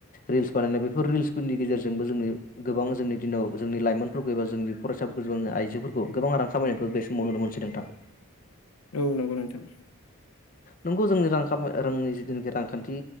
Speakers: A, on the left; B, on the left.
A: रिल्स बानायनाय बेफोर रिल्सफोरनि गेजेरजोंबो जोंनि गोबां जोंनि दिनाव जोंनि लाइमोनफोरखौ एबा जोंनि फरायसाफोरखौ जोंनि आइजोफोरखौ गोबां रां खामायनायखौ बे समाव नुनो मोनसै नोंथां।
B: औ नंगौ नोंथां
A: नंगौ जोंनि रांखामाय रोंनि जिथुनाखि रांखान्थि